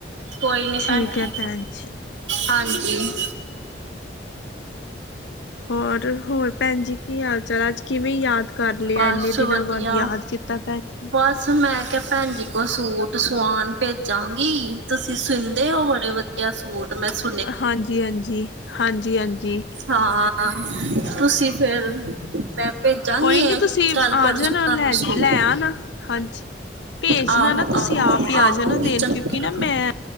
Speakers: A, on the right (about 85°); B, on the left (about 75°).
A: ਕੋਈ ਨੀ
B: ਠੀਕ
A: ਭੈਣ ਜੀ,
B: ਹੈ ਭੈਣ ਜੀ
A: ਹਾਂਜੀ।
B: ਹੋਰ, ਹੋਰ ਭੈਣ ਜੀ ਕੀ ਹਾਲ-ਚਾਲ? ਅੱਜ ਕਿਵੇਂ ਯਾਦ ਕਰ ਲਿਆ
A: ਬਸ
B: ਇੰਨੇ ਦਿਨਾਂ
A: ਵਧੀਆ।
B: ਬਾਅਦ, ਯਾਦ ਕੀਤਾ ਭੈਣ ਜੀ।
A: ਬਸ ਮੈਂ ਕਿਹਾ ਭੈਣ ਜੀ ਕੋਲ ਸੂਟ ਸਵਾਉਣ ਭੇਜਾਂਗੀ, ਤੁਸੀਂ ਸੀਂਦੇ ਹੋ ਬੜੇ ਵਧ ਕਯਾ ਸੂਟ ਮੇਸ
B: ਹਾਂਜੀ-ਹਾਂਜੀ, ਹਾਂਜੀ-ਹਾਂਜੀ।
A: ਹਾਂ, ਆ ਆ ਤੁਸੀਂ ਫਿਰ ਮੈਂ ਭੇਜਾਂਗੀ
B: ਕੋਈ ਨੀ
A: ਏ
B: ਤੁਸੀਂ
A: ਕਲ
B: ਆ
A: ਪਰਸੋ
B: ਜਾਣਾ
A: ਤਾਂ
B: ਲੈ
A: ਨੂੰ ਸੂਟ
B: ਲੈ ਆਣਾ ਹਾਂਜੀ ਭੇਜਣਾ
A: ਆਹੋ
B: ਨਾ ਤੁਸੀਂ
A: ਆਹੋ
B: ਆਪ ਹੀ ਆ
A: ਆਵਾਂਗੇ
B: ਜਾਣਾ ਦੇਣ
A: ਚੱਕਰ,
B: ਕਿਉਂਕਿ ਨਾ ਮੈਂ